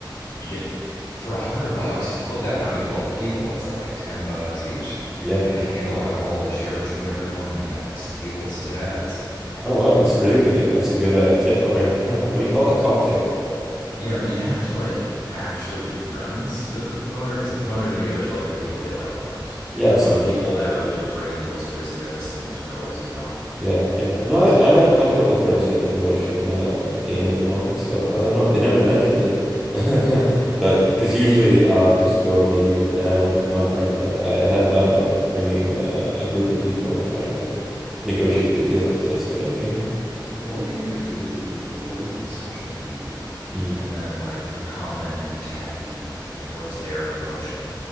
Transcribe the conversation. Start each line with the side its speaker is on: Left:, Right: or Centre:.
Left: you get for a hundred bucks, you split that between twelve people. It's at like ten bucks each.
Centre: Yeah.
Left: You have a handle of alcohol to share between everyone, and you have a table to sit at. It's
Centre: Oh wow,
Left: yeah,
Centre: that's
Left: it's great.
Centre: a really good deal. That's a good uh, tip. I'll write it down. <laughs> What do you call it? A comp table.
Left: Yeah, but you have to like actually be friends with the promoter because the promoter's going to give it to like the people they like the most,
Centre: Yeah, absolutely.
Left: or the people that would bring in the most business, the most girls, you know.
Centre: Yeah, yeah. You know, I,
Left: So
Centre: I have a couple of
Left: yeah.
Centre: friends who are in the promotion uh, game at the moment, so I'll hit them up. They never mentioned it, <laughs> but because usually I'll just go maybe with them or with one friend, but I hadn't thought about bringing uh, a group of people and trying to negotiate a deal. So that's a good idea.
Left: yeah. Well, what they usually do is they do giveaways on social media.
Centre: Mm.
Left: And then, like, you comment and you tag people, and it grows their promotion.